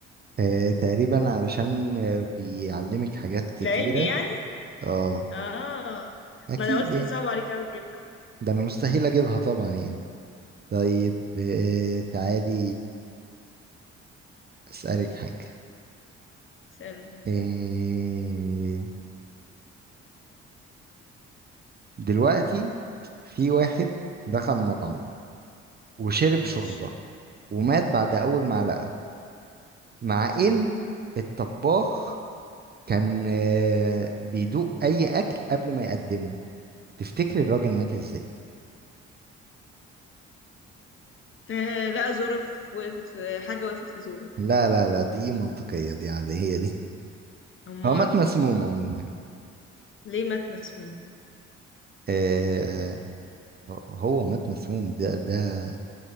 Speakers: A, on the right; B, on the left.
A: آه تقريبا علشان آه، بيعلمك حاجات كتيرة
B: العلم يعني
A: اه
B: اه
A: أكيد
B: ما انا قلت
A: يعني
B: دي صعبة عليك اوي تجيبها
A: ده أنا مستحيل أجيبها طبعا يعني طيب آه تعالي أسألك حاجة
B: سألني
A: آه دلوقتي في واحد دخل مطعم وشرب
B: ماشي
A: شوربة ومات بعد أول معلقة مع ان الطباخ كان آه، بيدوق اي اكل قبل ما يقدمه تفتكري الراجل مات ازاي
B: آه لا زورة في- وقفت في حاجة وقفت في زورة
A: لا لا لا دي منطقية دي عادية دي
B: أمال
A: هو مات مسموم عموما
B: ليه مات مسموم
A: آه هو مات مسموم ده ده